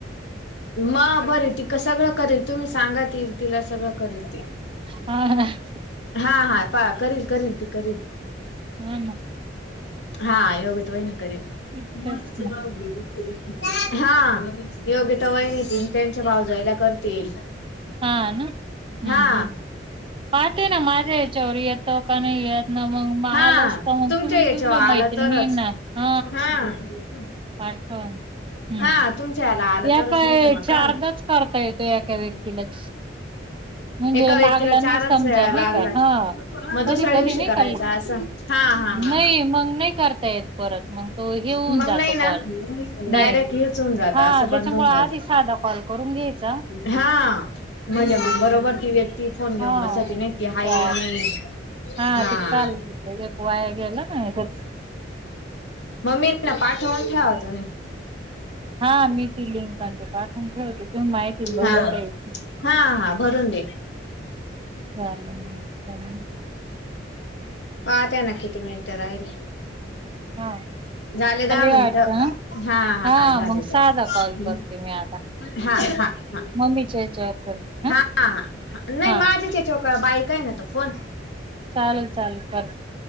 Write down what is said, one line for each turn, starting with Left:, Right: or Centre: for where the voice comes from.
Left: म बर तिकं सगळं करेल तुम्ही सांगा ती तिला सगळं करेल ती.
Right: हा, ह.
Left: हा-हा पा करील-करील ती करील.
Right: हा ना
Left: हा योगिता वहिनी करील,
Right: तेच
Left: मग सगळ
Right: ना
Left: हा योगिता वहिन ते त्यांच्या भाऊजाईला करतील.
Right: हा ना हम्म
Left: हा
Right: हम पाते ना माझ्या याच्यावर येत सोप नाहीयेत. ना मग माल
Left: हा
Right: असतो, मग तुम्ही
Left: याच्यावर
Right: तुमच्या
Left: आला
Right: मैत्रिणींना
Left: तरच
Right: ह
Left: हा
Right: पाठवा हम्म,
Left: हा तुमच्या याला आला
Right: या
Left: तरच
Right: काय
Left: नाही तर मग
Right: चारदाच
Left: का ना
Right: करता येतो एका व्यक्तीलाच. म्हणजे
Left: एका व्यक्तीला
Right: लागला
Left: चारच
Right: नाही समजा
Left: वेळा
Right: नाही
Left: लागलात
Right: का हा
Left: मग
Right: कधी
Left: दुसऱ्या
Right: कधी
Left: दिवशी
Right: नाही
Left: करायचा
Right: का
Left: असं. हा-हा ह
Right: नाही मग नाही करता येत परत मग तो हे होऊन
Left: मग
Right: जातो
Left: नाही ना
Right: कॉल
Left: डायरेक्ट.
Right: नाही
Left: हेच होउन जात
Right: हा
Left: असं बंद
Right: त्याच्यामुळे
Left: होऊन
Right: आधी
Left: जातं,
Right: साधा कॉल करून घ्यायचा
Left: हा म्हणजे
Right: हम्म.
Left: मग बरोबर वरती व्यक्ती फोन घेऊन
Right: हा
Left: बसती नाही ती
Right: मग
Left: हाय
Right: त्या
Left: नाही
Right: हा
Left: हा-हा-हा
Right: ते काल एक वाया गेला ना एकच
Left: मम्मी पाठोण ठेवा तुम्ही
Right: हा मी ती लिंक न ते पाठवून ठेवते, तुम्ही माहिती भरून
Left: हा
Right: द्यायची.
Left: हा हा भरून दे.
Right: चालण
Left: पाहते ना किती मिनटं राहीले.
Right: हा,
Left: झाले दहा मिनट
Right: वाटत ना.
Left: हा-हा
Right: हा
Left: झाले
Right: मग
Left: झाले.
Right: साधा कॉल करते मी आता
Left: हा-हा-हा
Right: मम्मीच्या याच्यावर करते
Left: हा नाही
Right: हा
Left: माझीच याच्या वर करा बाई कडेय ना तो फोन
Right: चालेल-चालेल कर.